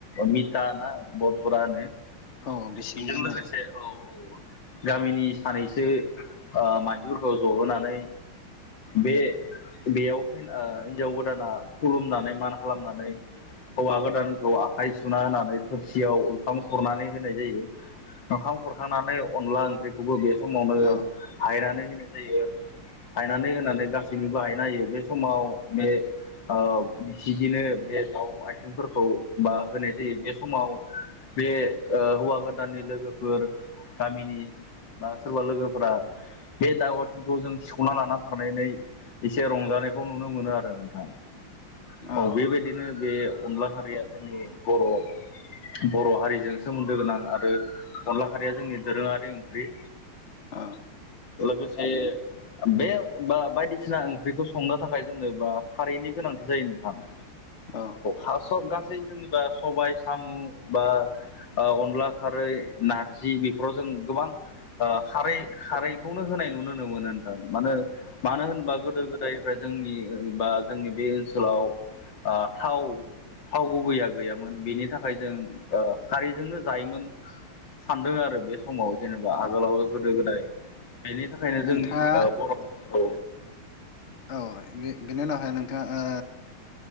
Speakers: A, on the left; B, on the left.
A: मिताना बरधरा होनो।
B: औ बिसिगि
A: बेजों
B: होनो
A: लोगोसे औ गामिनि सानैसो ओ मानसिफोरखौ जहोनानै बे बेयाव फैना हिनजाव गोदाना खुलुमनानै मान खालामनानै हौवा गोदानखौ आखाइ सुना होनानै थोरसियाव ओंखाम खुरनानै होनाय जायो। ओंखाम खुरखांनानै अनला ओंख्रिखौबो बे समावनो
B: औ
A: हायनानै होनाय जायो। हायनानै होनानै गासैनोबो हायना होयो बे समाव बे ओ बिसिगिनो बे दाउ आइथेंफोरखौ बा होनाय जायो बे समाव बे हौवा गोदाननि लोगोफोर गामिनि बा सोरबा लोगोफोरा बे दाव आथिंखौ जों सिख'ना लाना खारनानै एसे रंजानायखौ नुनो मोनो आरो नोंथां औ
B: औ
A: बे बाय बिदिनो बे अनला खारिया जोंनि बर' बर' हारिजों सोमोन्दो गोनां आरो अनला खारिया जोंनि दोरोङारि ओंख्रि
B: ओ
A: लोगोसे बे बा-बायदिसिना ओंख्रिखौ संनो थाखाय जोंनो बा खारैनि गोनांथि जायो नोंथां <inaudible>
B: औ
A: हास' गासै जेनेबा सबाय साम' बा ओ अनला खारै, नारजि बेफोराव जों गोबां ओ खारै खारै बेखौनो होनाय नु-नुनो मोनो ओनथां मानो मानो होनोबा गोदो गोदायनिफ्राय जोंनि बा जोंनि बे ओनसोलाव ओ थाव थाव गुबैया गैयामोन बिनि थाखाय जों ओ खारिजोंनो जायोमोन सानदोंआरो बे समाव जेनेबा
B: औ
A: आगोलाव
B: ओ
A: गोदो गोदाय बेनि थाखायनो
B: नोंथाङा
A: जोंनि ओ बर' औ
B: औ बे-बेनि उनावहाय नोंथाङा ओ